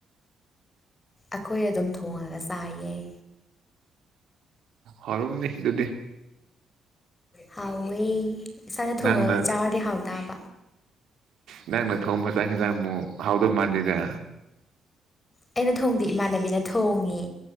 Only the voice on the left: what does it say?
ꯑꯩꯈꯣꯏ ꯑꯗꯨꯝ ꯊꯣꯡꯉꯒ ꯆꯥꯏꯌꯦꯦ
ꯍꯥꯎꯥꯎꯦ ꯁꯅ ꯊꯉ
ꯆꯥꯗ ꯍꯥꯥꯎ ꯇ
ꯑꯩꯅ ꯊꯣꯡꯗꯤꯦ ꯏꯃꯥꯟꯅꯕꯤꯅ ꯊꯣꯡꯉꯤ